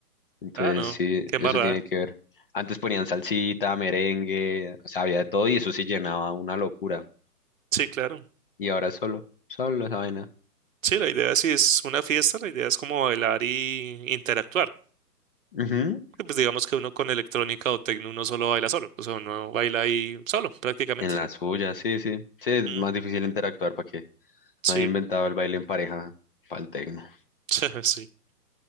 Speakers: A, on the left; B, on the right.
A: Entonces
B: Ah, no.
A: sí,
B: Qué
A: eso
B: embarrada.
A: tiene que ver. Antes ponían salsita, merengue, o sea, había de todo y eso sí llenaba una locura.
B: Sí, claro.
A: Y ahora solo, solo esa vaina.
B: Sí, la idea si es una fiesta, la idea es como bailar y interactuar.
A: Ujú,
B: Que, Pues digamos que uno con electrónica o tecno uno solo baila solo. O sea, uno baila ahí solo, prácticamente.
A: En la suya, sí, sí. Sí, es
B: Mm,
A: más difícil interactuar para que
B: sí,
A: no han inventado el baile en pareja para el tecno.
B: <laughs> sí.